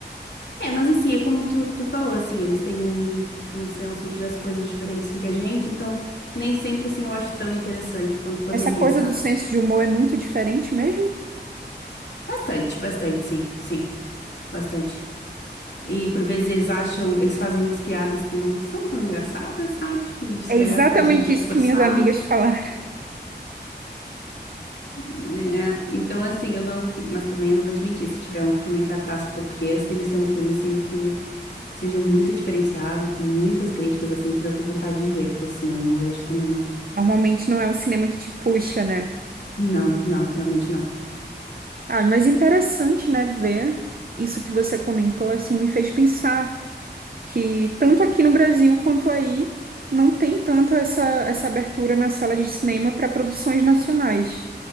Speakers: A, on the left; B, on the right.
A: É, mas assim, é como tu, tu falou, assim, eles têm um, um senso de ver as coisas diferentes do que a gente, então nem sempre assim eu acho tão interessante quanto poderia,
B: Essa coisa
A: sabe?
B: do senso de humor é muito diferente mesmo?
A: Bastante, bastante, sim, sim, bastante. E por vezes eles acham, eles fazem umas piadas que não são tão engraçadas, sabe? E se
B: É
A: calhar
B: exatamente
A: parece um pouco
B: isso
A: forçado.
B: que minhas amigas falaram.
A: É, então assim, eu não. Mas também eu não vou te mentir, se tiver um filme em cartaz português, tem que ser um filme assim que, que seja muito diferenciado, com muitas críticas, assim, pra eu ter vontade de ver, porque senão eu não vejo também, não.
B: Normalmente não é um cinema que te puxa, né?
A: Não, não, realmente não.
B: Ah, mas interessante, né, ver isso que você comentou, assim, me fez pensar que tanto aqui no Brasil quanto aí não tem tanto essa, essa abertura na sala de cinema para produções nacionais.